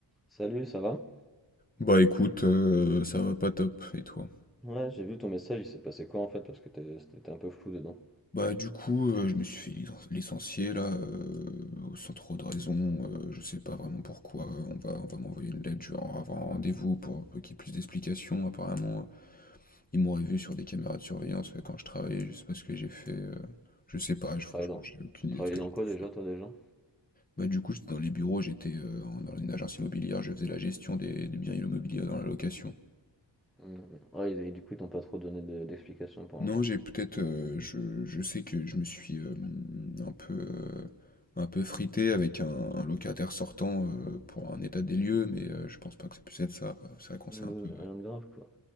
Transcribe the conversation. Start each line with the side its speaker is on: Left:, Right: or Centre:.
Centre: Salut, ça va?
Left: Bah écoute, heu, ça va pas top, et toi?
Centre: Ouais, j'ai vu ton message, il s'est passé quoi en fait? Parce que t'es- t'étais un peu flou dedans.
Left: Bah du coup, heu, je me suis fait licen licencier là, heu, sans trop de raison, heu, je sais pas vraiment pourquoi, on va on va m'envoyer une lettre, je vais avoir un rendez-vous pour pour qu'il y ait plus d'explications. Apparemment, ils m'auraient vu sur des caméras de surveillance, heu, quand je travaillais, je sais pas ce que j'ai fait, heu, je sais pas,
Centre: Tu
Left: je
Centre: travailles
Left: franchement,
Centre: dans,
Left: j'ai aucune
Centre: tu
Left: idée
Centre: travaillais
Left: de ce que
Centre: dans
Left: j'ai pu
Centre: quoi déjà,
Left: faire.
Centre: toi déjà?
Left: Bah du coup, j'étais dans les bureaux, j'étais, heu, en dans une agence immobilière, je faisais la gestion des des biens immobiliers dans la location.
Centre: Hum, Ouais, ils- du coup, ils t'ont pas trop donné de- d'explications pour
Left: Non,
Centre: l'instant.
Left: j'ai peut-être, heu, je je sais que je me suis, hem, un peu, heu, un peu frité avec un un locataire sortant, heu, pour un état des lieux, mais, heu, je pense pas que ça puisse être ça. c'est vrai qu'on
Centre: Ouais,
Left: s'est un peu,
Centre: mais rien de grave quoi.